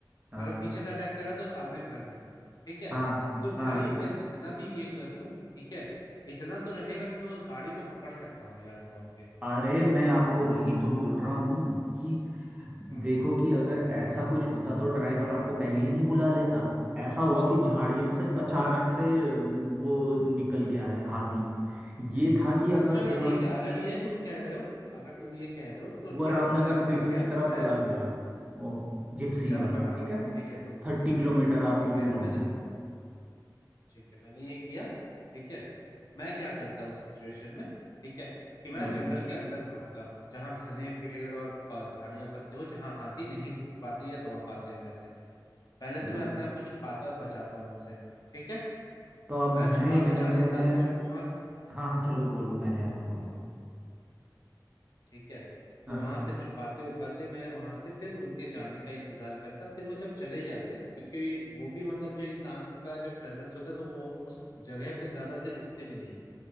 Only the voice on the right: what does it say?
हाँ
हाँ
हाँ
अरे मैं आपको वही तो बोल रहा हूँ कि
देखो कि अगर ऐसा कुछ होता तो ड्राइवर आपको पहले ही नहीं बुला लेता ऐसा हुआ कि झाड़ियों से अचानक से अम, वो निकल के आया हाथी ये था कि अगर
थोड़ा
सा
वो
रामनगर
सिटी
की तरफ
चला गया वो जिप्सी
वाला
ठीक है
थर्टी
किलोमीटर
आप
दूर
हो
हाँ
मतलब
तो आप
घने
जंगल
में
हाँ हाँ चलो बोलो पहले आप बोलो
हाँ